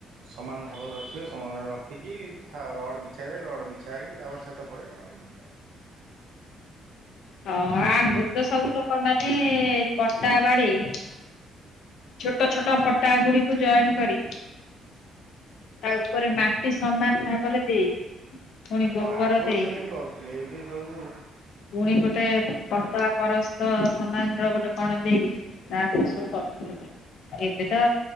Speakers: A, on the right (about 75°); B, on the left (about 70°).
A: ସମାନ ଭାବରେ ରଖିବେ ସମାନ ଭାବରେ ରଖିକି ଛା ରଡ଼ ବିଛାଯାଏ ରଡ଼ ବିଛା ହେଇକି ତାପରେ ଛାତ ପଡ଼େ ଆଉ ଏମି
B: ହଁ ଆଗରୁ ତ ସବୁ ଲୋକମାନେ ପଟା ବାଡେଇ। ଛୋଟ ଛୋଟ ପଟା ଗୁଡିକୁ ଜଏଣ୍ଟ କରି। ତା ଉପରେ ମାଟି ସମାନ ଭାବରେ ଦେଇ। ପୁଣି ଗୋବର
A: ହଁ ଆଗରୁ
B: ଦେଇ
A: ସେମିତି କରୁଥିଲେ ଏବେ ସବୁ
B: ପୁଣି ଗୋଟେ ପତଳା ପରସ୍ତ ସମାନ ର ଗୋଟେ କଣ ଦେଇ ତା <unintelligible>
A: ଆଜ୍ଞା
B: କର ଏବେ ତ